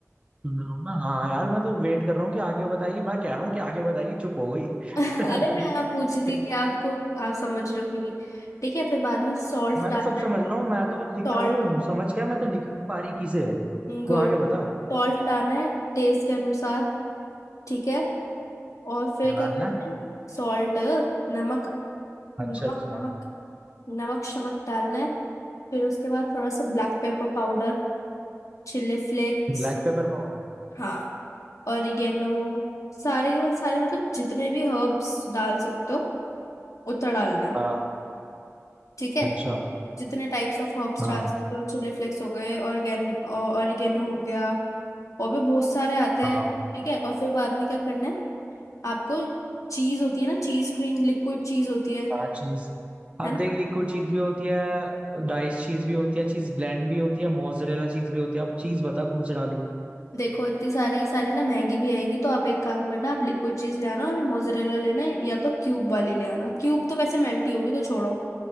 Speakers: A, on the right; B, on the left.
A: मैं- मैं- हाँ यार मैं तो वेट कर रहा हूँ कि आगे बताइए मैं कह रहा हूँ कि आगे बताइए चुप हो गई
B: <laughs>
A: <laughs>
B: अरे मैं आप पूछ रही थी
A: फिर
B: कि आपको आप समझ रहे हो कि नहीं ठीक है फिर बाद में सॉल्ट
A: मैं
B: डालना
A: तो सब
B: है
A: समझ रहा हूँ मैं तो
B: सॉल्ट
A: लिख रहा हूँ समझ क्या मैं तो लिख रहा हूँ बारीकी से को
B: गुड
A: आगे बता
B: सॉल्ट डालना है टेस्ट के अनुसार ठीक है और फिर
A: क्या डालना
B: क्या करना
A: है
B: है सॉल्ट नमक
A: अच्छा
B: नमक
A: अच्छा
B: नमक नमक शमक डालना है फिर उसके बाद थोड़ा सा black pepper powder chilli flakes
A: Black pepper powder
B: हाँ ऑरिगेनो सारे के मतलब, सारे मतलब जितने भी हर्ब्स डाल सकते हो उतना डालना है
A: हाँ
B: ठीक है
A: अच्छा
B: जितने टाइप्स ऑफ हर्ब्स
A: हाँ
B: डाल सकते हो चिली फ्लेक्स हो गए ऑरिगेन ऑरिगेनो हो गया और भी बहुत सारे आते
A: हाँ
B: हैं ठीक है और फिर बाद में क्या करना है आपको चीज होती है ना चीज क्रीम लिक्विड चीज होती है
A: चार चीज आप
B: है ना
A: देख लिक्विड चीज भी होती है डाइस चीज भी होती है चीज ब्लेंड भी होती है मोजरेला चीज भी होती है अब चीज बता कौन से डालूं
B: देखो इतनी सारी सारी ना महंगी भी आएगी तो आप एक काम करना आप लिक्विड चीज ले आना और मोजरेला लेना है या तो क्यूब वाली ले आना क्यूब तो वैसे मेल्ट ही होगी तो छोड़ो